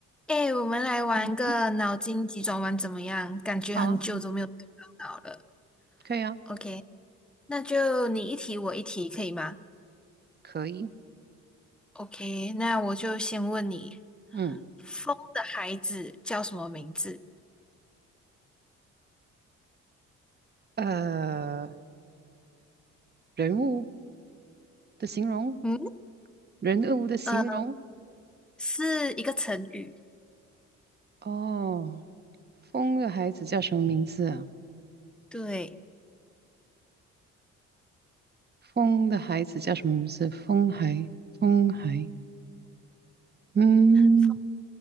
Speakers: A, in the centre; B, on the right (about 35°).
A: 哎，我们来玩个脑筋急转弯怎么样？
B: 嗯哼，
A: 感觉很久都没有动到脑了。
B: 好啊，可以啊，
A: OK，那就你一题我一题，可以吗
B: 可以。
A: ？OK，那我就先问你，
B: 嗯，
A: 风的孩子叫什么名字？
B: 呃，人物的形容，
A: 嗯，
B: 人物的形容。
A: 呃，是一个成语。
B: 哦，风的孩子叫什么名字啊？
A: 对，
B: 风的孩子叫什么名字？风孩，风孩。嗯
A: 风，